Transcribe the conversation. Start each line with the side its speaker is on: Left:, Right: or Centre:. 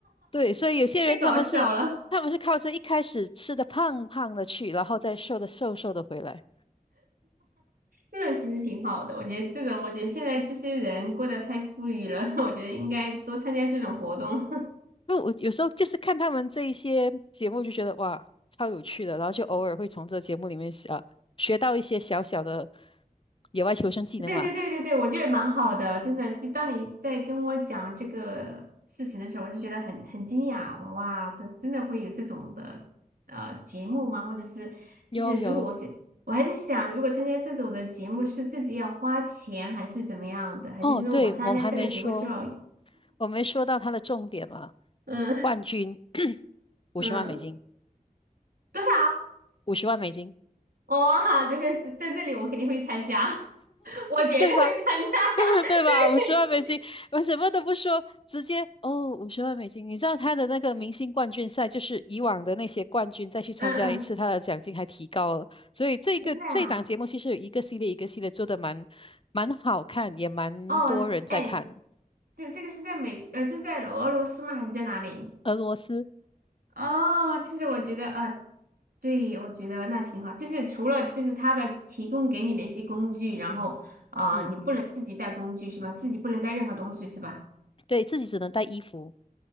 Left: 对，所以有些人他们是他们是靠着一开始吃的胖胖的去，
Right: 太搞笑了。
Left: 然后再瘦的瘦瘦的回来。
Right: 那其实挺好的，我觉得这种，我觉得现在这些人过得太富裕了，<laughs> 我觉得应该多参加这种活动。
Left: 因为我有时候就是看他们这一些节目，就觉得哇，超有趣的，然后就偶尔会从这节目里面啊学到一些小小的野外求生技能嘛。
Right: <laughs> 对对对对对，我觉得蛮好的，真的。就当你在跟我讲这个事情的时候，我就觉得很很惊讶，哇，这真的会有这种的呃节目吗？或者是就是如果我是我还在想，
Left: 有有
Right: 如果参加这种的节目是自己要花钱还是怎么样的，还是说我参加这个节目之后，
Left: 哦，对，我们还没说，我没说到它的重点嘛，
Right: 嗯
Left: 冠军五十
Right: 嗯，
Left: <clears throat> 万美金。
Right: 多少？
Left: 五十万美金，
Right: 哇，这个是在这里，我肯定会参加，<laughs> 我绝对会参加。
Left: 对吧？
Right: <laughs>
Left: <laughs> 对吧？
Right: 对，
Left: 五十万美金，我什么都不说，直接哦，五十万美金。你知道他的那个明星冠军赛，就是以往的那些冠军再去参加一次，
Right: 嗯嗯，
Left: 他的奖金还提高了。所以这个这档节目其实有一个系列一个系列做的蛮蛮好看，
Right: 真的啊。
Left: 也蛮多人在看。
Right: 哦，哎，这这个是在美，呃，是在俄罗斯吗？还是在哪里？
Left: 俄罗斯，
Right: 哦，其实我觉得啊，对，我觉得那挺好。就是除了就是他的提供给你的一些工具，然后啊、
Left: 嗯，
Right: 呃你不能自己带工具是吧？自己不能带任何东西是吧？
Left: 对自己只能带衣服，